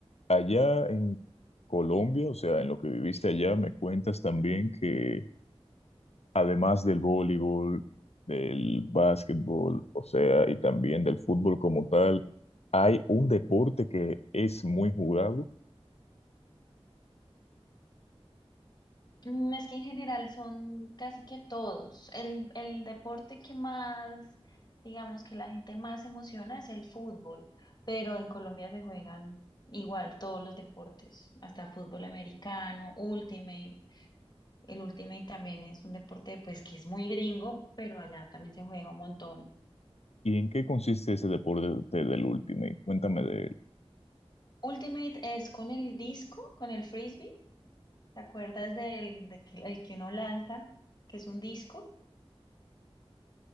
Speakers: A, on the left (about 80°); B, on the left (about 40°).
A: allá en Colombia, o sea, en lo que viviste allá, me cuentas también que además del voleibol, del básquetbol, o sea, y también del fútbol como tal, hay un deporte que es muy jugado.
B: Mm, Es que en general son casi que todos. El, el deporte que más, digamos que la gente más se emociona es el fútbol, pero en Colombia se juegan igual todos los deportes, hasta fútbol americano, ultimate. El ultimate también es un deporte pues que es muy gringo, pero allá también se juega un montón.
A: ¿Y en qué consiste ese deporte del Ultimate? Cuéntame de él.
B: Ultimate es con el disco, con el frisbee. ¿Te acuerdas del de que, el que uno lanza, que es un disco